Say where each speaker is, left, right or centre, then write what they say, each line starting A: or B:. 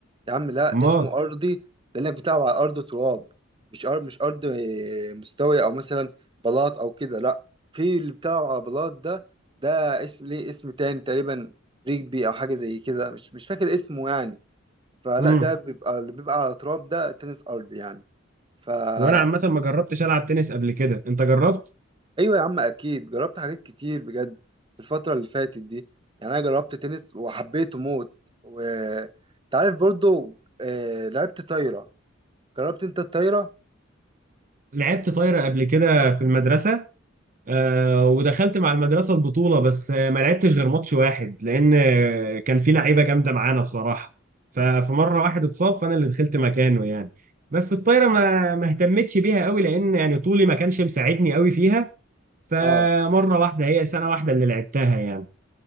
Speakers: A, on the right (about 25°); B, on the right (about 40°).
A: يا عم لا
B: ما
A: اسمه أرضي لأنك بتلعب على أرض تراب مش أرض مش أرض آه، مستوية أو مثلا بلاط أو كده لا في اللي بتلعب على بلاط ده ده اسم ليه اسم تاني تقريبا ريجبي أو حاجة زي كده مش مش فاكر اسمه يعني فلا
B: امم
A: ده بيبقى اللي بيبقى على تراب ده تنس أرض يعني فا
B: وانا عامه ما جربتش العب تنس قبل كده انت جربت
A: أيوة يا عم أكيد جربت حاجات كتير بجد في الفترة اللي فاتت دي يعني أنا جربت تنس وحبيته موت وتعرف برضو آه، لعبت طايرة جربت أنت الطايرة؟
B: لعبت طايره قبل كده في المدرسه آه ودخلت مع المدرسه البطوله بس آه ما لعبتش غير ماتش واحد لان آه كان في لعيبه جامده معانا بصراحه ففي مره واحد اتصاب فانا اللي دخلت مكانه يعني بس الطايره ما ما اهتمتش بيها قوي لان يعني طولي ما كانش مساعدني قوي فيها فمره
A: اه
B: واحده هي سنه واحده اللي لعبتها يعني